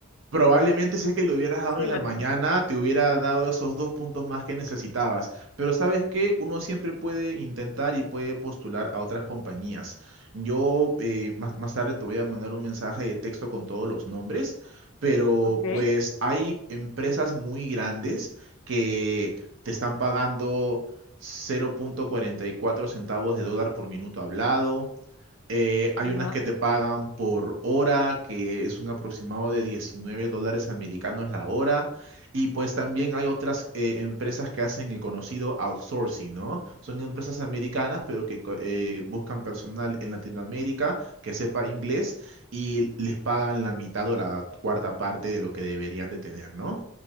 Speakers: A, on the right; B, on the left.
A: Probablemente si es que lo hubieras dado
B: Sí,
A: en
B: ¿verdad?
A: la mañana, te hubiera dado esos dos puntos más que necesitabas. Pero sabes que uno siempre puede intentar y puede postular a otras compañías. Yo eh, más, más tarde te voy a mandar un mensaje de texto con todos los nombres, pero
B: Ok.
A: pues hay empresas muy grandes que te están pagando 0.44 centavos de dólar por minuto hablado. Eh, hay
B: Ajá.
A: unas que te pagan por hora, que es un aproximado de 19 dólares americanos la hora. Y pues también hay otras eh, empresas que hacen el conocido outsourcing, ¿no? Son empresas americanas, pero que co- eh, buscan personal en Latinoamérica que sepa inglés y les pagan la mitad o la cuarta parte de lo que deberían de tener, ¿no?